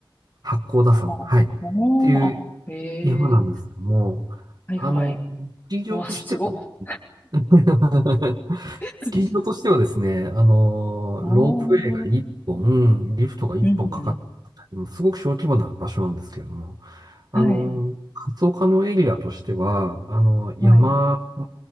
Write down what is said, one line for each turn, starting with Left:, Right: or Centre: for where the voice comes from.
Right: 八甲田山。
Left: あおー、
Right: はい。っていう、
Left: あ、へえ、
Right: 山なんですよ。もう、
Left: はい、
Right: あの、
Left: はい。
Right: スキー場としては
Left: うわ、すごっ。
Right: <laughs>
Left: <laughs>
Right: スキー場としてはですね、あの、
Left: ああ、
Right: ロープウェイが1本、リフトが1本かかったりも、
Left: うんうん。
Right: すごく小規模な場所なんですけれども、
Left: はい。
Right: あの、活動可能エリアとしては、あの、山、
Left: はい。